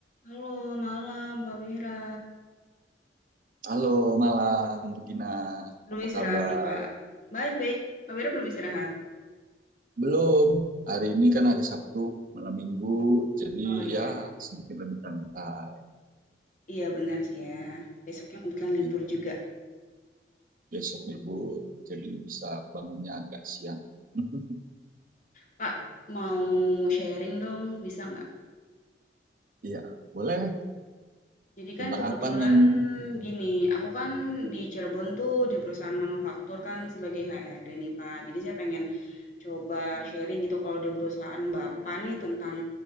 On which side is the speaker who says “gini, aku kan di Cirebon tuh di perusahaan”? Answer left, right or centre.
Left